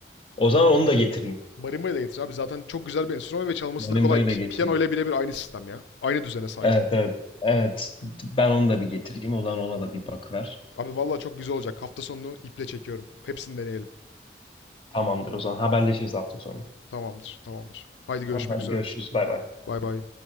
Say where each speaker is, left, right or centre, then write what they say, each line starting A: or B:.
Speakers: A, on the left; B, on the left.
A: O zaman onu da getireyim.
B: Marimba'yı da getir abi. Zaten çok güzel bir enstrüman ve çalması
A: Marimba'yı
B: da kolay. Pi-
A: da getireyim.
B: piyano ile birebir aynı sistem ya. Aynı düzene sahip.
A: Evet evet evet ben onu da bir getireyim o zaman ona da bir bakıver.
B: Abi vallahi çok güzel olacak. Hafta sonunu iple çekiyorum. Hepsini deneyelim.
A: Tamamdır o zaman haberleşiriz hafta sonu.
B: Tamamdır, tamamdır. Haydi görüşmek
A: Tamam hadi
B: üzere.
A: görüşürüz. Bay bay.
B: Bay bay.